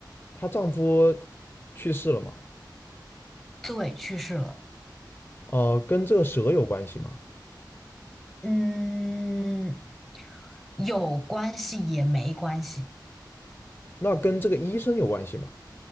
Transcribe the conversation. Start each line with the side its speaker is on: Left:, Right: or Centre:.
Left: 她丈夫去世了嘛？
Centre: 对，去世了。
Left: 呃，跟这个蛇有关系吗？
Centre: 嗯，有关系也没关系，
Left: 那跟这个医生有关系吗？